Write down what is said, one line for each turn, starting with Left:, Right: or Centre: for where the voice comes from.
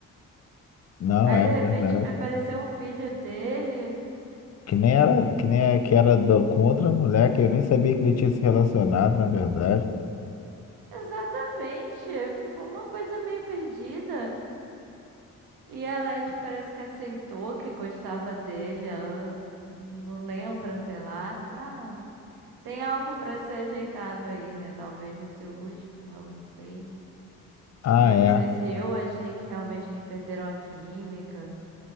Left: Não,
Right: Aí
Left: é
Right: de repente
Left: verdade.
Right: me apareceu um filho dele.
Left: Que nem era, que nem é, que era do- com outra mulher que eu nem sabia que ele tinha se relacionado, na verdade.
Right: Exatamente, ficou uma coisa meio perdida. E a Leti parece que aceitou que gostava dele. Ela não lembra, sei lá. Tá. Tem algo pra ser ajeitado aí, né? Talvez nesse último, eu não sei.
Left: Ah,
Right: Eu
Left: é.
Right: não sei se eu achei que realmente eles perderam a química.